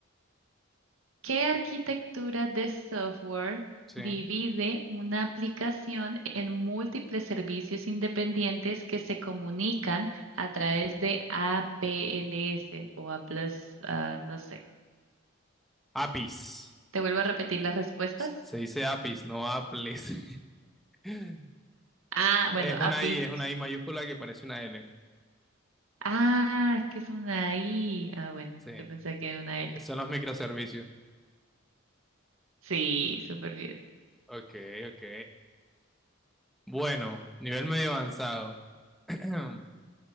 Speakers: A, on the right; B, in the centre.
A: ¿Qué arquitectura de software
B: Sí.
A: divide una aplicación en múltiples servicios independientes que se comunican a través de APLS o APLS, ah, no sé?
B: APIS.
A: ¿Te vuelvo a repetir las respuestas?
B: Se dice APIS, no APLES. <laughs>
A: Ah,
B: Es
A: bueno,
B: una
A: APIs.
B: I, es una I mayúscula que parece una L.
A: Ah, es que es una I. Ah, bueno,
B: Sí.
A: yo pensé que era una L.
B: Son los microservicios.
A: Sí, súper bien.
B: Ok, ok. Bueno, nivel medio avanzado. <clears throat>